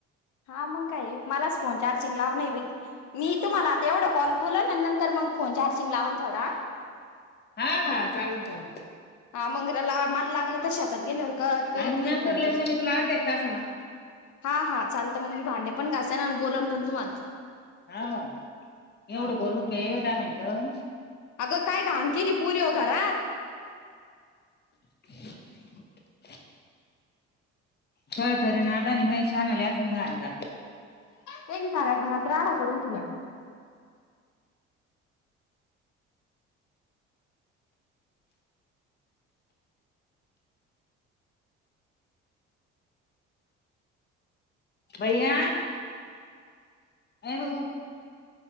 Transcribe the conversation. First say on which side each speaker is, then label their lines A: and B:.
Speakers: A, on the left; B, on the left.
A: हा मग काय मलाच फोन चार्जिंग लाव नाही बाई मी तुम्हाला आता एवढा कॉल बोलन आणि नंतर मग फोन चार्जिंग लावून थोडा
B: हा चालन -चालन.
A: हा मंगराला मला लागलं तर शेतात गेल्यावर क करत
B: हा मग
A: नाही
B: नंतर
A: फोन
B: लई
A: तुम्ही.
B: ना मी तुला अर्ध्या एक तासाना
A: हा -हा चालत मग मी भांडे पण घासन अन् बोलन पण तुम्हाला.
B: हा एवढं
A: हा
B: बोलून घे धा मिनटं.
A: अगं काय घाण केली पुरी ओ घरात.
B: <inaudible> का तरी नादाने महे शानाल्या अस मंग अंगाते
A: तीन तारा घरात राडा करून ठेवला.
B: भैया ए भाऊ